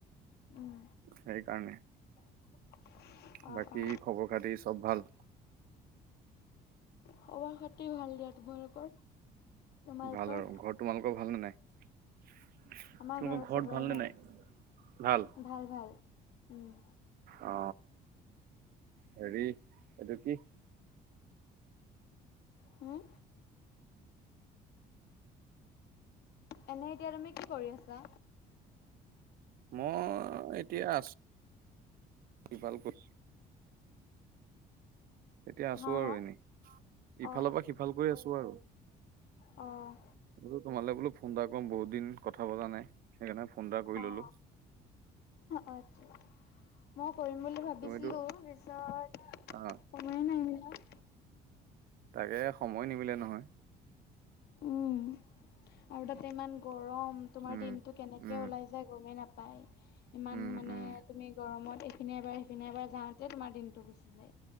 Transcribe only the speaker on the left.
উম
<inaudible> অ
অ
খবৰ খাতি ভাল দিয়া তোমালোকৰ তোমালোকৰ।
আমাৰ
চবৰে
ভাল
ভাল ভাল উম,
হম, এনেই এতিয়া তুমি কি কৰি আছা।
হা
হা
অ
অঁ
অ
আচ্ছা মই কৰিম বুলি ভাবিছিলো
তা পিছত
তুমি মাৰি দিলা।
উম আৰু তাতে ইমান গৰম তোমাৰ
দিনতটো কেনেকে
ওলাইছে, গৰমেই নাপায় ইমান
মানে
তুমি গৰমত। সফিননে এবাৰ সিনে এবাৰ যাওঁতে তোমাৰদিনটো গুচি যায়।